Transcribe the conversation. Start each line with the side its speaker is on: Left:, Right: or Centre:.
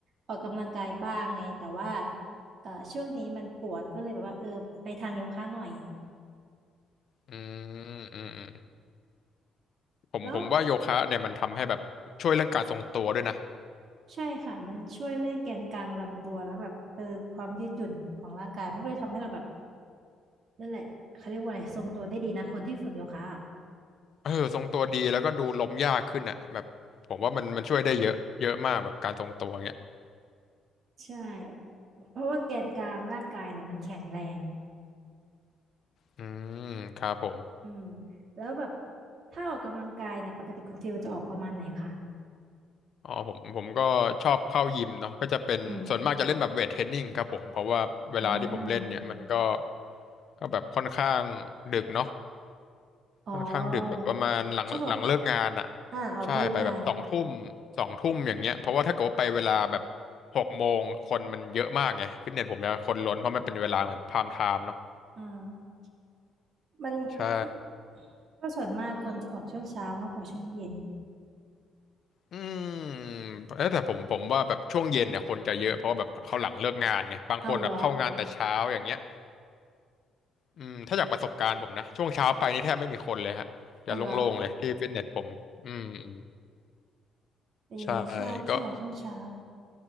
Right: ออกกำลังกายบ้างไงแต่ว่าเอ่อช่วงนี้มันปวดก็เลยแบบว่าเออไปทางโยคะหน่อย
Left: อืมอืมอืมผมผมว่าโยคะเนี่ยมันทำให้แบบช่วยเรื่องการทรงตัวด้วยนะ
Right: แล้วใช่ค่ะมันช่วยเรื่องแกนกลางลำตัวแล้วแบบเออความยืดหยุ่นของร่างกายมันก็เลยทำให้เราแบบ นั่นแหละเขาเรียกว่าอะไรทรงตัวได้ดีนะคนที่ฝึกโยคะอะ
Left: เออทรงตัวดีแล้วก็ดูล้มยากขึ้นอ่ะแบบผมว่ามันมันช่วยได้เยอะเยอะมากแบบการทรงตัวเงี้ย
Right: ใช่เพราะว่าแกนกลางร่างกายนะมันแข็งแรง
Left: อืมครับผม
Right: อืมแล้วแบบถ้าออกกำลังกายเนี่ยปกติคุณฟิลจะออกประมาณไหนคะ
Left: อ๋อผมผมก็ชอบเข้ายิมเนาะก็จะเป็นส่วนมากจะเล่นแบบเวทเทรนนิ่งครับผมเพราะว่าเวลาที่ผมเล่นเนี่ยมันก็
Right: อืมอ่า
Left: ก็แบบค่อนข้างดึกเนาะ
Right: อ๋อ
Left: ค่อนข้างดึกแบบประมาณหลังหลังเลิกงานอ่ะ
Right: ชอบออกอ่าออกเลิกงาน
Left: ใช่ไปแบบสองทุ่มสองทุ่มอย่างเงี้ยเพราะว่าถ้าเกิดว่าไปเวลาแบบหกโมงคนมันเยอะมากไงฟิตเนสผมจะคนล้นเพราะมันเป็นเวลาเหมือนพามไทม์เนาะ
Right: อ่ามันคือ
Left: ใช่
Right: ก็ส่วนมากคนจะออกช่วงเช้ามากกว่าช่วงเย็น
Left: อืมเอ๊ะแต่ผมผมว่าแบบช่วงเย็นเนี่ยคนจะเยอะเพราะว่าแบบเขาหลังเลิกงานไงบางคนแบบเข้างานแต่เช้าอย่างเงี้ย
Right: เอาเหรอ
Left: อืมถ้าจากประสบการณ์ผมนะช่วงเช้าไปนี่แทบไม่มีคนเลยฮะจะโล่งๆเลยที่ฟิตเนสผมอืมอืม
Right: เอาเหรอแต่ยิงอะชอบชอบออกช่วงเช้า
Left: ใช่ก็